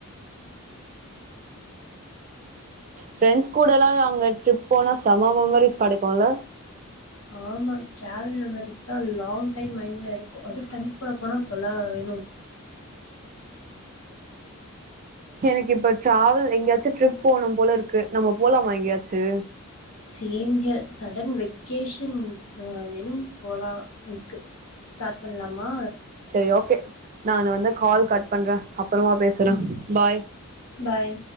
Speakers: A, on the right; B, on the left.
A: ஃப்ரெண்ட்ஸ் கூடலல்ல அங்க ட்ரிப் போனா செம மெமரிஸ் கடைக்குல்ல
B: அதா நா டிராவல் மெமரிஸ் தா லாங் டைம் மைண்ட்ல இருக்கு அது பிரெண்ட்ஸ் கூட போனா சொல்லவா வேணும்
A: எனக்கு இப்ப டிராவல் எங்கேயாச்சு ட்ரிப் போனும் போல இருக்கு நம்ம போலாமா எங்கேயாச்சு
B: சேம் ஹியர் சடன் வெக்கேஷன் வேணும் போலா ம்க்கு ஸ்டார்ட் பண்ணலாமா
A: செரி ஓகே நா வந்து கால் கட் பண்றே அப்பறமா பேசுற
B: ம்,
A: பாய்
B: பாய்